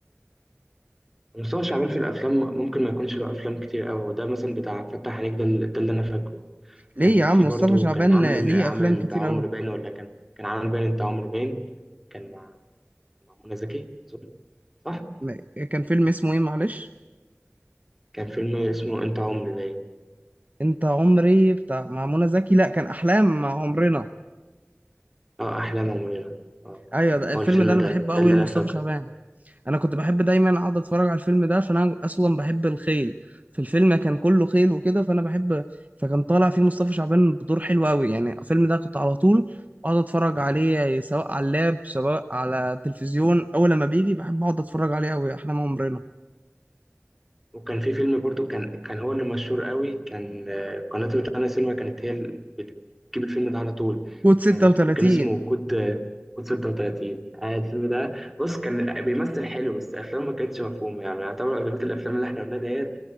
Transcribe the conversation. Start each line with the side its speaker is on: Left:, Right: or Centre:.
Centre: مصطفى شعبان في الافلام ممكن ما يكونش له افلام كتير قوي ده مثلا بتاع فتح عينيك ده, ال- ده اللي انا فاكره
Right: ليه
Centre: كان
Right: يا عم
Centre: في برضه
Right: مصطفى شعبان
Centre: كان عامل
Right: ليه
Centre: إن- عامل
Right: أفلام
Centre: انت
Right: كتير
Centre: عمرو
Right: أوي
Centre: باين ولا كان كان عامل باين انت عمرو باين كان مع مع منى زكي اظن صح
Right: م- كان فيلم اسمه إيه معلش
Centre: كان فيلم اسمه انت عمري باين
Right: أنت عمري بتاع مع منى زكي لا كان أحلام مع عمرنا
Centre: اه احلام عمرنا اه
Right: أيوة ده الفيلم
Centre: هو الفيلم
Right: ده أنا
Centre: ده
Right: بحبه
Centre: ده
Right: أوي
Centre: اللي
Right: لمصطفى
Centre: انا فاكره
Right: شعبان انا كنت بحب دايما اقعد اتفرج على الفيلم ده عشان انا اصلا بحب الخيل في الفيلم كان كله خيل وكده فانا بحب فكان طالع فيه مصطفى شعبان بدور حلو قوي يعني الفيلم ده كنت على طول اقعد اتفرج عليه سواء على اللاب سواء على التلفزيون اول لما بيجي بحب اقعد اتفرج عليه قوي احلام عمرنا
Centre: وكان في فيلم برضو كان كان هو اللي مشهور قوي كان آه، قناة روتانا سينما كانت هي اللي بتجيب الفيلم ده على طول
Right: كود 36
Centre: يعني مش فاكر كان اسمه كود آه، كود 36 آه، الفيلم ده بص كان بيمثل حلو بس افلامه ما كانتش مفهومه يعني يعتبر اغلبيه الافلام اللي احنا قلناها ديت